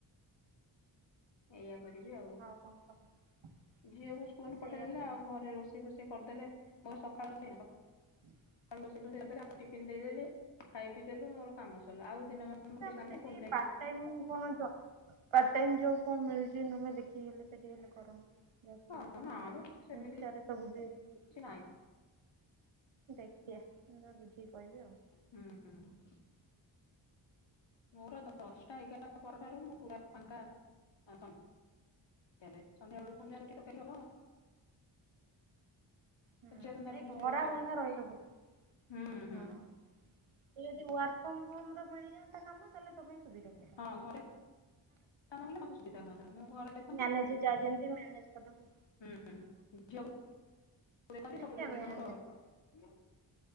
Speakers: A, on the left; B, on the right.
A: ଏଇଆ କରିବି ଆଉ।
B: ହଉ କ'ଣ କହ।
A: ଝିଅକୁ ସ୍କୁଲ
B: ହଁ ସେଇଆ
A: ପଠେଇଦେଲେ
B: କହ।
A: ଆଉ ଘରେ ରୋଷେଇ, ଫୋଷେଇ କରିଦେଲେ ମୋର ସକାଳ ସେଇ
B: <unintelligible>
A: ସକାଳୁ ରୋଷେଇ କରି ଦେଲି ଆଙ୍କୁ ଟିପିନି ଦେଇଦେଲି ଖାଇ ପିଇ ଦେଲୁ ମୋର କାମ ସରିଲା ଆଉ ଦିନ ମାନ। ମୋର କିଛି
B: ଆମ
A: କାମ
B: ସେଠି
A: ନାହିଁ ପୁଣି ଯାଇକି
B: ପାଟ ଟାଇମ୍ କ'ଣ ଜବ ପାଟ ଟାଇମ୍ ଜବ କ'ଣ ମିଳୁଛି ନ ହେଲେ ଦେଖି। ସିଏ ହେଲେ ସେଠି ହେଲେ କରନ୍ତୁ ଯାଜପୁରରେ।
A: ହଁ ନା ବେ ସେମିତି
B: ଇଷ୍ଟାରେ ସବୁ ଦେଇଦେଲି।
A: କିଛି ନାହିଁ
B: ଦେଖିଆ ମୁଁ ତତେ ବୁଝିକି କହିବି ଆଉ।
A: ହୁଁ ଉଁ। ମୋର ଦଶଟା, ଏଗାରଟା ପରଠାରୁ ମୁଁ ପୁରା ଫାଙ୍କା ସନ୍ଧ୍ୟା। ଚାଲେ ସନ୍ଧ୍ୟବେଳୁ ପୁଣି ଯାହା ରୁଟି ତରକାରୀ ହବ।
B: ହୁଁ
A: ଝିଅ ଧନ୍ଦା ଟିକେ
B: ଏ
A: ମଝିରେ
B: ଧରା
A: ରହୁଛି ଆଉ
B: ବନ୍ଧା ରହିଲେ କୋଉଠି
A: ହୁଁ ହୁଁ
B: ହଁ। ସିଏ ଯଦି ୱାର୍କ ଫ୍ରମ ହୋମ ର ମିଳିଯାଆନ୍ତା କାମ। ତାହେଲେ ତୋ ପାଇଁ ସୁବିଧା ନୁହୁ।
A: ହଁ ଘରେ କାମ ହେଲେ ମୋତେ ସୁବିଧା ହୁଅନ୍ତା ମୁଁ ଘରଟେ।
B: ମ୍ୟାନେଜେ ଯାହା ଯେମିତି ମ୍ୟାନେଜେ କରି ଦବୁ।
A: ହୁଁ ଝିଅକୁ ଦେଖନ୍ତି
B: ଦେଖିବା
A: ସବୁ ଦେଖିକି
B: ମ୍ୟାମ
A: ମୋର ହୁଁ।